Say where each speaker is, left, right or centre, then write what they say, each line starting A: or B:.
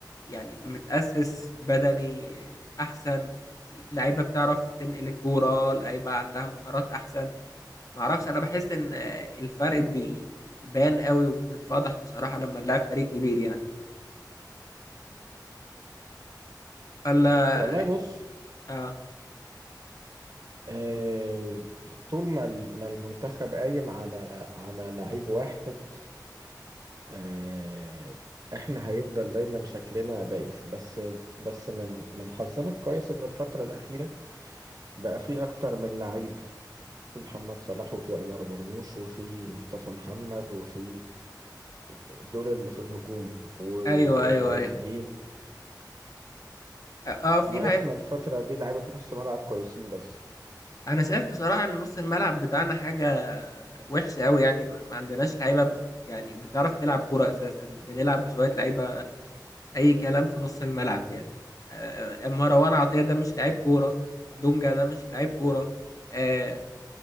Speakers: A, on the left; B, on the right.
A: يعني متأسس بدني احسن لعيبه بتعرف تنقل الكوره لعيبه عندها مهارات احسن معرفش انا بحس ان الفرق بيبان قوي وبنتفضح بصراحة لما نلعب فريق كبير يعني ولا
B: والله بص
A: اه
B: آه، طول ما ال- ما المنتخب قايم على على لعيب واحد آه، احنا هيفضل دايما شكلنا بايخ بس بس من من حظنا الكويس ان الفترة الأخيرة بقى في اكتر من لعيب في محمد صلاح وفي عمر مرموش وفي مصطفى محمد وفي آه، دول اللي في الهجوم و-
A: ايوه ايوه
B: وتريزيجيه
A: ايوه اه آه، في
B: ناقصنا
A: لعيب
B: الفترة دي لعيبة نص ملعب كويسين بس
A: انا شايف بصراحة ان نص الملعب بتاعنا حاجة وحشة قوي يعني ما ما عندناش لعيبة ب- يعني بتعرف تلعب كورة اساسا بنلعب بشوية لعيبة اي كلام في نص الملعب يعني آه، آه، مروان عطية ده مش لعيب كورة دونجا ده مش لعيب كورة آه،